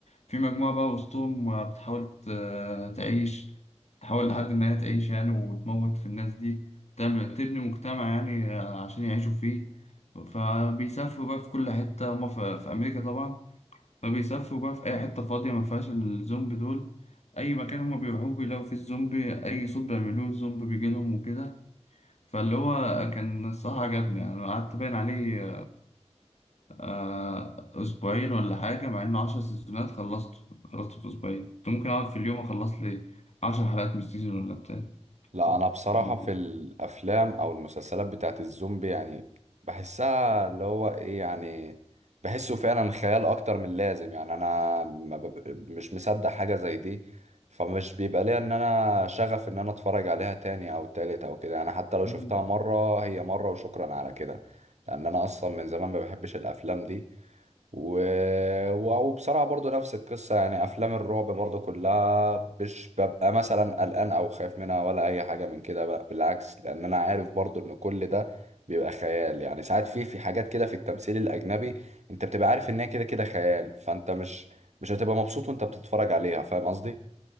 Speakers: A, on the left (about 70°); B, on the right (about 75°).
A: في مجموعة بقى وسطهم آه، بتحاول ت- آه، تعيش تحاول لحد إن هي تعيش يعني وتموت في الناس دي تعمل تبني مجتمع يعني آه، عشان يعيشوا فيه فبيسافروا بقى في كل حتة هما في في أمريكا طبعا فبيسافروا بقى في أي حتة فاضية ما فيهاش الزومبي دول أي مكان هما بيروحوه بيلاقوا فيه الزومبي أي صوت بيعملوه الزومبي بيجيلهم وكده فاللي هو كان الصراحة عجبني يعني أنا قعدت باين عليه آه، أسبوعين ولا حاجة مع إنه عشر سيزونات خلصته خلصته في أسبوعين كنت ممكن أقعد في اليوم أخلص لي عشر حلقات من السيزون ولا بتاع
B: لا
A: كنت
B: انا بصراحة
A: يعني-
B: في الافلام او المسلسلات بتاعت الزومبي يعني بحسها اللي هو ايه يعني بحسه فعلا خيال اكتر من اللازم يعني انا ما بب- مش مصدق حاجة زي دي فمش بيبقى ليا ان انا شغف ان انا اتفرج عليها تاني او تالت او كده يعني حتى لو
A: مم.
B: شفتها مرة هي مرة وشكرا على كده لان انا اصلا من زمان ما بحبش الافلام دي و... و- وبصراحة برضو نفس القصة يعني أفلام الرعب برضو كلها مش ببقى مثلا قلقان أو خايف منها ولا أي حاجة من كده بقى بالعكس لأن أنا عارف برضو إن كل ده بيبقى خيال يعني ساعات في في حاجات كده في التمثيل الأجنبي أنت بتبقى عارف إن هي كده كده خيال فأنت مش مش هتبقى مبسوط وأنت بتتفرج عليها فاهم قصدي؟